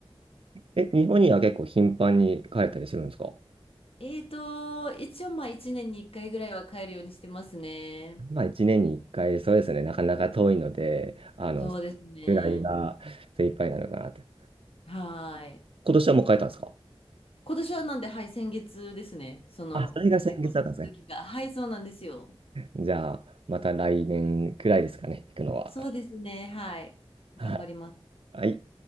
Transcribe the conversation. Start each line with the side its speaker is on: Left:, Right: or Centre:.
Right: え、日本には結構頻繁に帰ったりするんですか
Left: <laughs> えーと、一応まあ1年に1回ぐらいは帰るようにしてますね。
Right: まあ1年に1回、そうですね、なかなか遠いので、あの、
Left: そうですね。
Right: ぐらいが精一杯なのかなって。
Left: はい
Right: 今年はもう帰ったんですか
Left: 今年はなんで、はい、先月ですね。その、
Right: あ、それが先月だったんですね。
Left: ニセコに行った時が。はい、そうなんですよ。
Right: じゃあ、また来年くらいですかね、行くのは。
Left: そうですね。はい。
Right: はい。
Left: 頑張ります。
Right: はい